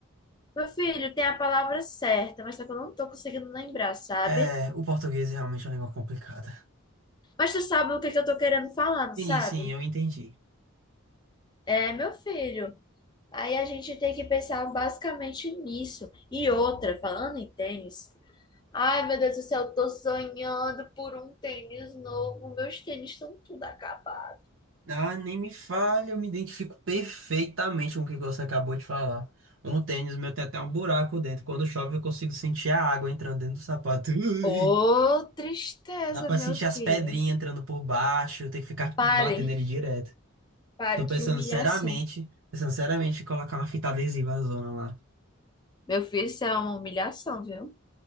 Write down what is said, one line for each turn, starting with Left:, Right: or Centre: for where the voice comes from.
Left: Meu filho, tem a palavra certa, mas só que eu não tô conseguindo lembrar, sabe?
Right: É, o português é realmente uma língua complicada.
Left: Mas tu sabe o que que eu tô querendo falar, não
Right: Sim,
Left: sabe?
Right: sim, eu entendi.
Left: É, meu filho. Aí a gente tem que pensar basicamente nisso. E outra, falando em tênis. Ai, meu Deus do céu, eu tô sonhando por um tênis novo. Meus tênis estão tudo acabados.
Right: Ah, nem me fale, eu me identifico perfeitamente com o que você acabou de falar. Um tênis meu tem até um buraco dentro. Quando chove, eu consigo sentir a água entrando dentro do sapato. Ui!
Left: Ô, tristeza,
Right: Dá pra
Left: meu
Right: sentir
Left: filho.
Right: as pedrinhas entrando por baixo, tem que ficar
Left: Pare,
Right: batendo ele direto.
Left: pare,
Right: Tô pensando
Left: que humilhação.
Right: seriamente, pensando seriamente em colocar uma fita adesiva na zona lá.
Left: Meu filho, isso é uma humilhação, viu?